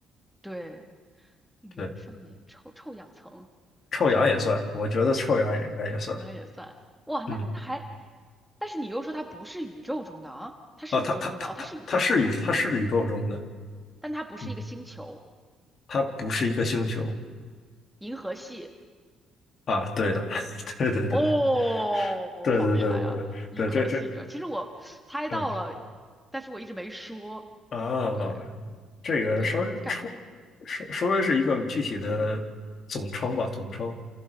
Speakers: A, in the centre; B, on the left.
A: 对。云上面臭臭氧层，
B: 对，臭氧也算，我觉得臭氧也应该也算。
A: 臭氧也算。哇，那那还，
B: 嗯，
A: 但是你又说它不是宇宙中的啊，它是宇宙中的哦，
B: 啊，它它它它它是宇它是宇宙中的，
A: 它是宇宙中的，但它不是一个星球，
B: 嗯，它不是一个星球
A: 银河系。
B: 啊。对的，<laughs> 对对对
A: 哦，
B: 对对对对对，
A: 好厉害啊！银河系卷，
B: 这这
A: 其实我猜到了，
B: 嗯
A: 但是我一直没说。
B: 啊，
A: 对
B: 这个稍微出
A: 对，我就感觉，
B: 稍稍微是一个具体的总称吧，总称。